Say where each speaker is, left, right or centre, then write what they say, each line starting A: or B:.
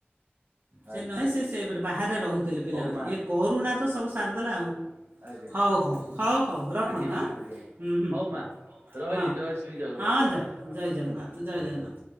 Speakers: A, on the right; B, on the right.
A: ସେ
B: ଆଚ୍ଛା
A: ନାଇଁ
B: ଆଚ୍ଛା
A: ସେ ସେପଟ ବାହାରେ ରହୁଥିଲେ ପିଲାମାନେ।
B: ହଉ ମା
A: ଏ କରୁଣା ତ ସବୁ ସାରିଦେଲା ଆଉ।
B: ଆଜ୍ଞା
A: ହଉ ହଉ ହଉ ହଉ ରଖନ୍ତୁ
B: ଆଜ୍ଞା ମା
A: ଆଁ
B: ଆଜ୍ଞା
A: ହୁଁ ହୁଁ
B: ହଉ
A: ହୁଁ।
B: ମା ରହିଲି
A: ହଁ
B: ଜୟ ଶ୍ରୀ ଜଗନ୍ନାଥ
A: ହଁ
B: ଜୟ
A: ଜ
B: ମା ଶାରଳା।
A: ଜୟ ଜଗନ୍ନାଥ ଜୟ ଜଗନ୍ନାଥ।